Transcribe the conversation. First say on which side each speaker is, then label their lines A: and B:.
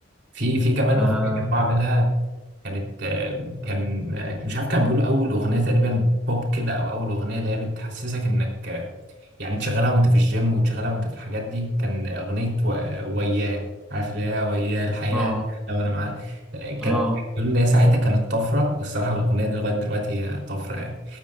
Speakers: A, on the right; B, in the centre.
A: في في كمان
B: اه
A: أغنية كنت بعملها كانت آه، كان آه، مش عارف كان بيقولوا اول اغنيه تقريبا بوب كده او اول اغنيه اللي هي بتحسسك انك آه، يعني تشغلها وانت في الجيم وتشغلها وانت في الحاجات دي كان اغنيه و- وياه عارف اللي هي وياه الحياه
B: اه
A: لو انا معاك آه، كانت
B: آه.
A: بيقول ان هي ساعتها كانت طفره والصراحه الاغنيه دي لغايه دلوقتي هي طفره يعني